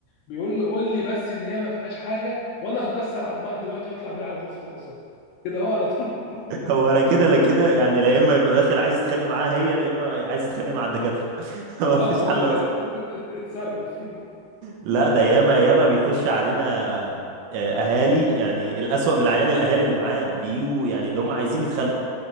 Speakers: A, on the left; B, on the right.
A: بيقول له قول لي بس ان هي ما فيهاش حاجه وانا هكسر عظمها دلوقتي واطلع بيها على غرفه العظام كده هو على طول <laughs>
B: هو انا كده لا كده يعني لا اما يبقى داخل عايز يتخانق معاها هي لا اما عايز يتخانق مع الدكاتره <laughs> هو
A: اه
B: مفيش
A: هو
B: حل اصلا
A: <laughs> اتصرف
B: لا ده ياما ياما بيخش علينا آه، اهالي يعني الاسوأ من العيان الاهالي اللي معاه بيجوا يعني اللي
A: اكيد
B: هم عايزين يتخانقوا